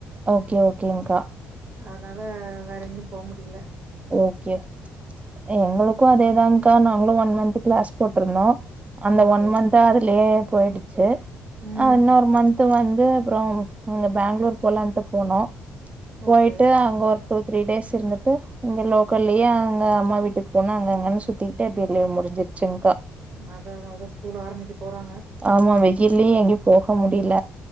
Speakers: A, on the right; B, on the right.
A: ஓகே ஓகேங்கா
B: அதனால வேற எங்கயு போ முடில
A: ஓகே எங்களுக்கு அதேதாகா நாங்களு ஒன் மந்த் கிளாஸ் போட்ருந்தோ அந்த
B: ஓகே
A: ஒன் மன்த்த அதுலயே போயிடுச்சு
B: ம்
A: அ இன்னொரு மன்த் து வந்து அப்றோ அங்க பெங்களூர் போலான்ட்டு போனோ
B: ஓகே
A: போயிட்டு அங்க ஒரு டூ த்ரீ டேஸ் இருந்துட்டு இங்க லோக்கல்லயே அங்க அம்மா வீட்டுக்கு போனா அங்க அங்கன் சுத்திக்கிட்டு அப்டியே லீவ் முடிஞ்சிருச்சுன்கா
B: அத அத அதா ஸ்கூல் ஆரம்பிக்க போறாங்க
A: ஆமா வெயில்யு எங்கயு போக முடில